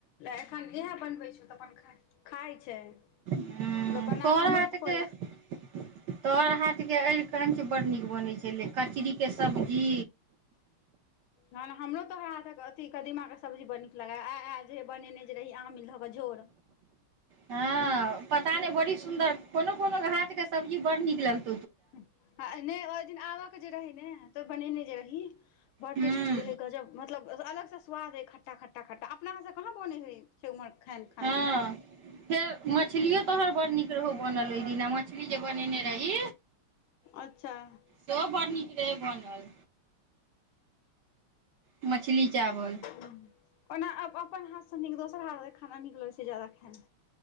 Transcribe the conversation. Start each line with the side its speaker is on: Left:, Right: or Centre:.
Left: एखन इएह बनबै छ तऽ अपना खााय छै
Right: हुँ
Left: मतलब बना
Right: तोहर
Left: कऽ हमरो
Right: हाथ
Left: खुएलक
Right: जे तोहर हाथ अढ़ कंच बड्ड नीक बनै छलै कचरीके सब्जी
Left: हँ हमरो तऽ हय अथथि कदीमाके सब्जी बड़ नीक लगा आइ आयल जे बनेने जे रही आमिल धऽ कऽ झोर
Right: हँ पता नहि बड़ी सुन्दर कोनो कोनो घात के सब्जी बड़ नीक लगतैउ
Left: हुँ नै ओहि दिन आबक जे रहै ने तऽ बनेने जे रही बड्ड
Right: हूँ
Left: टेस्टी रहे गजब मतलब बस अलग से स्वाद रहै खट्टा ख्टा खट्टा हमरा सँ कहां बोलय हइ उमहरखैन खाना
Right: हँ फेर मछलियो तोहर बड़ नीक रहौ बनल ओहि दिन मछली जे बनेने रही
Left: अच्छा
Right: शो बढ़ नीक रहै बनल नाल मछली चावल
Left: हँ ओना अपन हाथ से न दोसर हाथ खाना नीक लगै छै जाादा खायमे